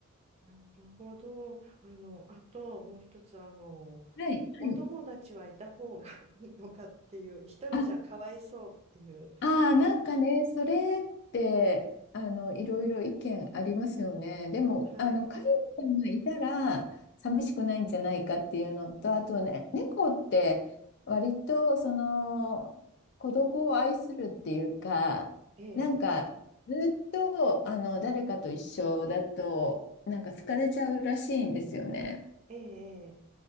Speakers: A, on the right (about 30°); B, on the left (about 50°).
A: なるほど。あの、あともう一つ、あの、
B: はい、
A: お友達はいた方が
B: はい。
A: <laughs> いいのかっていう、一人じゃかわいそうっていう、
B: あ、あー、なんかね、それって、あの、いろいろ意見ありますよね。でも、
A: はい。
B: あの、飼い主さんがいたら、寂しくないんじゃないかっていうのと、あとね、猫って、割と、その、孤独を愛するっていうか、
A: ええ、
B: なんか、ずっと、あの、誰かと一緒だと、なんか疲れちゃうらしいんですよね。
A: ええ、え